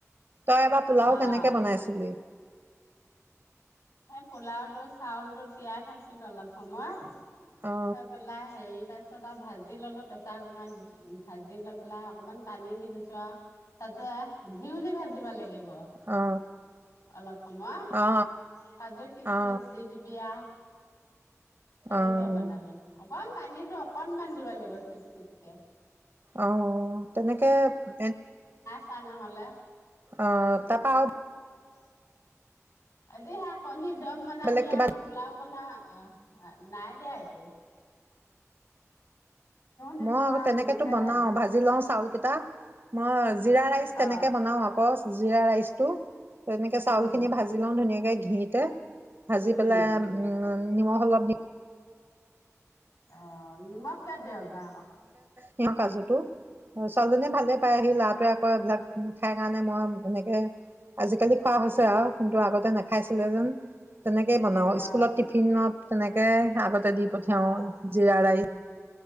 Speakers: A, on the right (about 55°); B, on the left (about 80°).
A: তই এবাৰ পোলাও
B: অ
A: কেনেকে বনাইছিলি
B: হেই পোলাওটোো চাউলটোো তিয়াই থৈছিলো অলপ সময়
A: অ
B: ত প লাহ আহে ত আ চত ভাজি ললো প্ৰেছাৰ কুকাৰত ভাজি লৈ পেলাই অকনমান পানী দি দিছো আৰু তাততে ঘিউ দি ভাজিব লাগিব
A: অ
B: অলপ সমম
A: অ
B: কাজু খচমিচ
A: অ অ
B: দিল বিয়া তেনেকে
A: অ
B: বনাবি অক পানীতটো অকনমান দিব লাগিব চিট চিটকে
A: আহ তেনেকে এ
B: চাহ নহ'লে।
A: অহ তাৰ পাও,
B: <unintelligible> আজি সে কণি দম বনা
A: বেলেগ
B: দিয়া
A: কিবা
B: পুলও বনাবি, অ নাই দিয়া একু দিছো
A: মই আকৌ
B: আৰু
A: তেনেকেতো
B: ঘিউতে
A: বনাও
B: ভাজিছো
A: ভাজি লওঁ চাউল কেইটা। <unintelligible> জিৰা ৰাইচ তেনেকৈ
B: অ
A: বনাওঁ আকৌ, জিৰা ৰাইচটো তেনেকে চাউলিনি
B: উম
A: ভাজ লওঁ ধুনীয়াকে গীটা <unintelligible> ভাজি
B: উম
A: পেলাই উম নিমখ অলপ দিম,
B: অ নিমখ কেদও গা <unintelligible>
A: সিঁৰ কাজুটো ছোৱালীজনীয়ে ভালেই পায় আহি লৰাটোৱে আকৌ এইবিলাক খাই কাৰণে মই এনেকে আজিকালি খোৱা হৈছে আৰু কিন্তু আগতে নাখাইছিলে যেন। তেনেকেই বনাওঁ
B: অ
A: স্কুলত টিফিনত তেনেকে <unintelligible> দি পঠিয়াও
B: অ উম
A: জিৰা ৰাই
B: উম